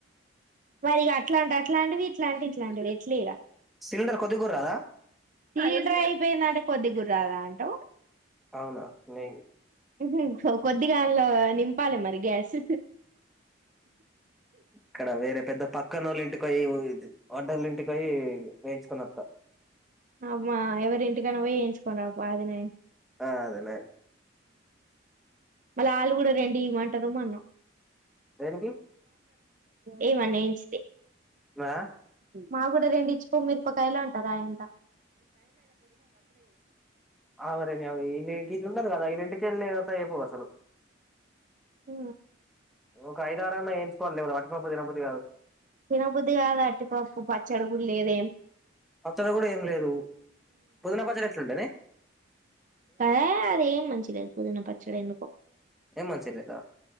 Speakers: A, on the right; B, in the centre.
A: మరి ఇగ అట్లాంటె అట్లాంటివి ఇట్లాంటే ఇట్లాంటివి ఎట్లిగ
B: సిలిండర్ కొద్దిగూడ రాదా
A: సిలిండ్రు అయిపోయిందంటే కొద్దిగూడ రాదా అంటావ్
B: అవునా నేన్
A: ఊహు కొద్దిగ దాండ్లో నింపాలి మరి గ్యాస్
B: ఇక్కడ వేరే పెద్ద పక్కనోళ్ళ ఇంటికివయ్ వడ్డొల్లింటికి పొయ్ వేయించుకొనత్త
A: అబ్బా ఎవరి ఇంటికనా పోయిఏంచుకోని రాపో అది నయ్
B: ఆ అదినయమ్
A: మళ్ళీ ఆళ్ళు గూడా రెండి ఈవ్వమంటారు మన్నొ
B: దేనికి
A: ఏ మన్నా ఏంచితె
B: మా
A: మా కూడా రెండు ఇచ్చిపో మిరపకాయలు అంటారు ఆయంత
B: ఆ మరి నావి గిళ్ళు వున్నారు గదా వీళ్ళింటికి <unintelligible> అయిపోవు అసలు
A: ఉ
B: ఒక ఐదారన్న ఎంచుకోల్ల లేకపోతే వట్టి పప్పు తినబుద్ధి కాదు
A: తినబుద్ది కాదా అట్టిపప్పు పచ్చడిగుడ లేదేమ్
B: పచ్చడి గూడా ఏం లేదు పుదీనా పచ్చడి ఎట్లుండదె
A: పా అదేం మంచిలేదు పుదీనా పచ్చడి ఎందుకో
B: ఏం మంచిగా లేదా